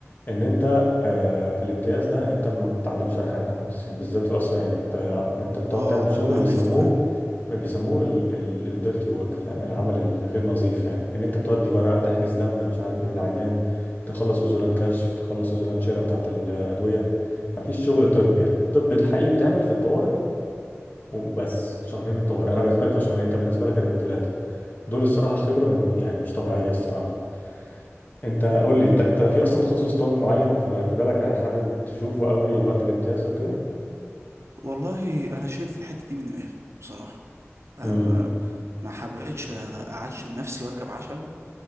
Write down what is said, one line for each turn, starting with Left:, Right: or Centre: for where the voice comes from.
Left: ان انت آه، في الامتياز ده انت ما بتتعلمش اي حاجه خالص يعني بالذات في الاسرائيلي انت انت بتقعد
Right: اه
Left: تعمل
Right: ده
Left: شغل
Right: اللي انا عرفته
Left: بيسموه
Right: فعلا
Left: بيسموه الديرتي ورك فاهم العمل الغير نظيف يعني ان انت تودي ورقه تحجز دم مش عارف ايه للعيان تخلص اذونات كشف تخلص اذونات شراء بتاعه الادويه ما فيش شغل طب يعني الطب الحقيقي بيتعمل في الطوارئ وبس شهرين الطوارئ انا بالنسبه لك كانوا شهرين انت بالنسبه لك هتبقوا ثلاثه دول الصراحه خبره من يعني مش طبيعيه الصراحه انت قول لي
Right: مم.
Left: انت انت في اصلا تخصص طب معين في في بالك حابب تشوفه قوي وقت الامتياز وكده
Right: والله انا شلت الحتة دي من دماغي بصراحة انا
Left: امم
Right: ما ما حبيتش اعشم نفسي واركب عشم